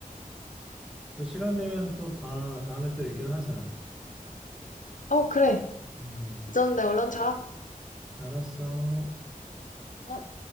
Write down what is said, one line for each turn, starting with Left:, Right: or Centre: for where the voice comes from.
Centre: 또 시간 되면 또 다 다음에 또 얘기를 하자
Left: 어, 그래.
Centre: 음
Left: 잊었는데 얼른 자.
Centre: 알았어
Left: 어?